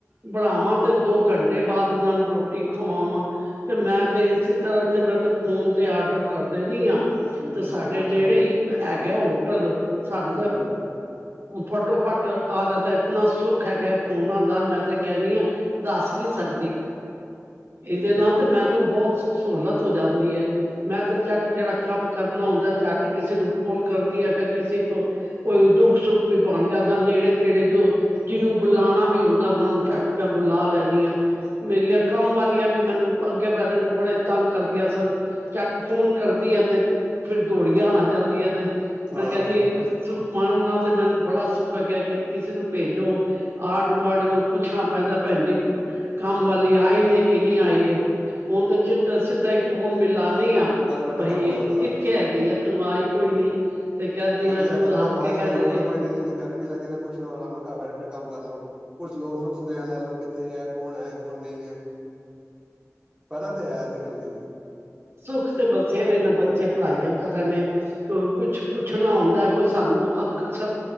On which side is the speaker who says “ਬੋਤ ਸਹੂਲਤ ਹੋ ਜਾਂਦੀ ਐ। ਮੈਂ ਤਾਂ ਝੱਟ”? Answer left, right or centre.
Right